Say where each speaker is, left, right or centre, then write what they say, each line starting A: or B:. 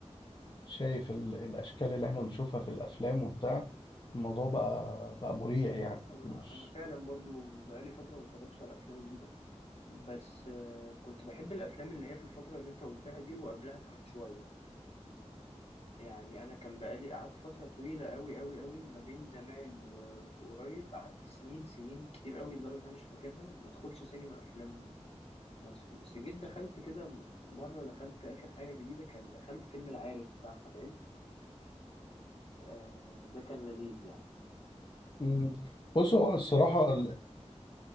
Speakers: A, on the left (about 40°); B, on the left (about 60°).
A: شايف ال- الاشكال اللي احنا بنشوفها في الافلام وبتاع الموضوع بقى بقى مريع يعني
B: انا
A: مش
B: أنا فعلا برضو بقالي فتره ما اتفرجتش على افلام جديده بس آه، كنت بحب الافلام اللي هي في الفتره اللي انت قلتها دي وقبلها كمان شويه يعني انا كان بقالي قعدت فتره طويله قوي قوي قوي ما بين زمان و- وقريب قعدت سنين سنين كتير قوي لدرجه انا مش فاكرها ما ادخلش سينما افلام مصري بس جيت دخلت كده م- مرة دخلت آخر حاجة جديدة كان دخلت فيلم العارف بتاع أحمد عز آه ده كان لذيذ يعني
A: مم. بص هو الصراحة
B: كان